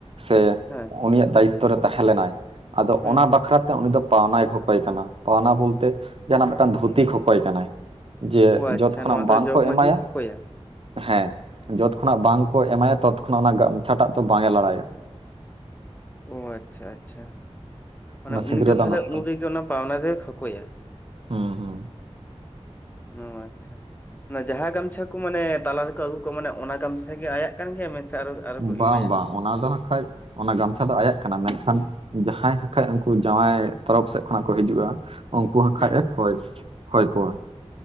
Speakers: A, on the right; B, on the left.
A: ᱥᱮ
B: ᱦᱮᱸ
A: ᱩᱱᱤᱭᱟᱜ ᱫᱟᱭᱤᱛᱛᱚ ᱨᱮ ᱛᱟᱦᱮᱸ ᱞᱮᱱᱟᱭ ᱟᱫᱚ
B: ᱦᱩᱸ
A: ᱚᱱᱟ ᱵᱟᱠᱷᱨᱟ ᱛᱮ ᱩᱱᱤ ᱫᱚ ᱯᱟᱣᱱᱟᱭ ᱠᱚᱠᱚᱭ ᱠᱟᱱᱟ ᱯᱟᱣᱱᱟ ᱵᱚᱞᱛᱮ ᱡᱟᱦᱟᱱᱟᱜ ᱢᱤᱫᱴᱟᱝ ᱫᱷᱩᱛᱤ ᱠᱚᱠᱚᱭ ᱠᱟᱱᱟᱭ᱾ ᱡᱮ
B: ᱚ ᱟᱪᱪᱷᱟ
A: ᱡᱚᱛ ᱠᱷᱚᱱᱟᱜ
B: ᱱᱚᱣᱟ ᱫᱚ
A: ᱵᱟᱝᱠᱚ
B: ᱡᱚᱜᱽ ᱢᱟᱺᱡᱷᱤ
A: ᱮᱢᱟᱭᱟ
B: ᱠᱷᱚᱠᱚᱭᱟ
A: ᱦᱮᱸ ᱡᱚᱛ ᱠᱷᱚᱱᱟᱜ ᱵᱟᱝᱠᱚ ᱮᱢᱟᱭᱟ ᱛᱚᱛ ᱠᱷᱚᱱᱟᱜ ᱚᱱᱟ ᱜᱟᱢᱪᱷᱟᱴᱟ ᱛᱚ ᱵᱟᱭ ᱞᱟᱲᱟᱭᱟ᱾ <inaudible>
B: ᱚ ᱟᱪᱪᱷᱟ ᱟᱪᱪᱷᱟ᱾ ᱢᱟᱱᱮ
A: ᱚᱱᱟ ᱥᱤᱸᱫᱽᱨᱟᱹ
B: ᱩᱱᱤ ᱫᱚ ᱛᱟᱦᱚᱞᱮ
A: ᱫᱟᱱ ᱚᱠᱛᱚ
B: ᱩᱱ ᱨᱮᱜᱮ ᱚᱱᱟ ᱯᱟᱣᱱᱟ ᱫᱚᱭ ᱠᱷᱚᱠᱚᱭᱟ,
A: ᱦᱩᱸ ᱦᱩᱸ
B: ᱚ ᱟᱪᱪᱷᱟ᱾ ᱚᱱᱟ ᱡᱟᱦᱟᱸ ᱜᱟᱢᱪᱷᱟ ᱠᱚ ᱢᱟᱱᱮ ᱛᱟᱞᱟ ᱨᱮᱠᱚ ᱟᱹᱜᱩ ᱠᱚᱜᱼᱟ ᱢᱟᱱᱮ ᱚᱱᱟ ᱜᱟᱢᱪᱷᱟ ᱜᱮ ᱟᱭᱟᱜ ᱠᱟᱱ ᱜᱮᱭᱟ ᱟᱨᱚ ᱟᱨᱚ ᱠᱚ
A: ᱵᱟᱝ
B: ᱮᱢᱟᱭᱟ
A: ᱵᱟᱝ ᱚᱱᱟ ᱫᱚ ᱠᱷᱟᱡ ᱚᱱᱟ ᱜᱟᱢᱪᱷᱟ ᱫᱚ ᱟᱭᱟᱜ ᱠᱟᱱᱟ ᱢᱮᱱᱠᱷᱟᱱ ᱡᱟᱦᱟᱸᱭ ᱱᱟᱠᱷᱟᱱᱡ ᱩᱱᱠᱩ ᱡᱟᱶᱟᱭ ᱛᱚᱨᱚᱯ ᱥᱮᱫ ᱠᱷᱚᱱᱟᱜ ᱠᱚ ᱦᱤᱡᱩᱜᱼᱟ, ᱚᱝᱠᱩ ᱦᱟᱸᱡ
B: ᱦᱩᱸ
A: ᱠᱷᱟᱡ ᱮ ᱠᱷᱚᱭ ᱠᱷᱚᱭ ᱠᱚᱣᱟ᱾